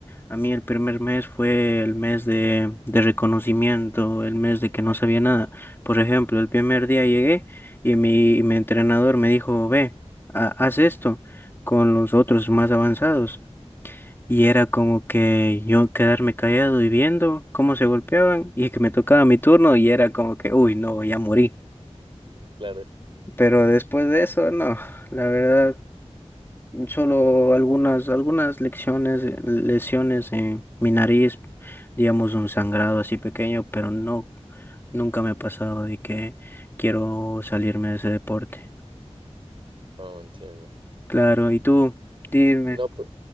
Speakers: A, on the left; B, on the right.
A: A mí el primer mes fue el mes de, de reconocimiento, el mes de que no sabía nada. Por ejemplo, el primer día llegué y mi, y mi entrenador me dijo, ve, ha- haz esto con los otros más avanzados. Y era como que yo quedarme callado y viendo cómo se golpeaban y que me tocaba mi turno y era como que, uy, no, ya morí.
B: Claro.
A: Pero después de eso, no, la verdad, solo algunas, algunas lecciones, eh, lesiones en mi nariz, digamos un sangrado así pequeño, pero no, nunca me ha pasado de que quiero salirme de ese deporte.
B: No, entiendo.
A: Claro, ¿y tú? Dime.
B: No, pues.